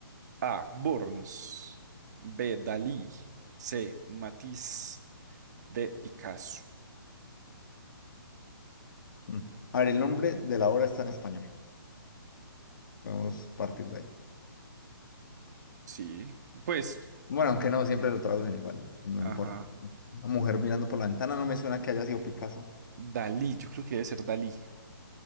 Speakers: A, on the right (about 50°); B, on the left (about 60°).
A: A. Burns. B. Dalí. C. Matisse. D. Picasso.
B: Mm. A ver, el nombre de la obra está en español. Vamos a partir de ahí.
A: Sí, pues,
B: Bueno, aunque no, siempre lo traducen igual, no
A: ajá.
B: importa. Una mujer mirando por la ventana no me suena que haya sido Picasso.
A: Dalí, yo creo que debe ser Dalí.